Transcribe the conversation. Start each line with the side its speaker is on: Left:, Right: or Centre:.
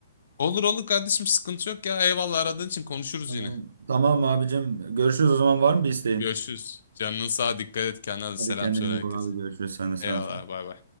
Left: Olur olur kardeşim sıkıntı yok ya eyvallah aradığın için konuşuruz
Right: Tamam.
Left: yine.
Right: Tamam abicim. Görüşürüz o zaman var mı bir isteğin?
Left: Görüşürüz. Canının sağa dikkat et kendine
Right: Hadi
Left: selam
Right: kendine
Left: söyle
Right: iyi
Left: herkese.
Right: bak abi. Görüşürüz. Sen de selam
Left: Eyvallah
Right: söyle.
Left: bay bay.